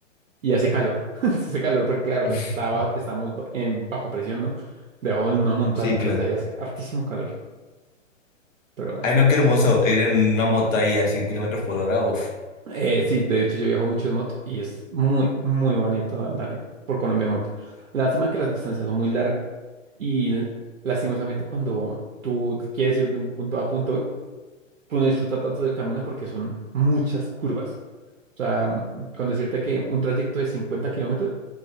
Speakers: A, on the right; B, on the left.
A: y hace calor. <laughs> Hace calor porque, claro,
B: <laughs>
A: está ba- estamos ba- en bajo presión, ¿no? Debajo de una montaña,
B: Sí,
A: entonces
B: claro.
A: ahí hace hartísimo calor. Pero bueno,
B: Ay, no, qué hermoso. Ir en una moto ahí a 100 kilómetros por hora. Uf.
A: Eh, sí, de hecho yo viajo mucho en moto y es muy, muy bonito andar eh, por Colombia en moto. Lástima que las distancias son muy largas y l- lastimosamente cuando tú quieres ir de un punto A a punto B, tú no disfrutas tanto del camino porque son muchas curvas. O sea, mm, con decirte que un trayecto de 50 kilómetros,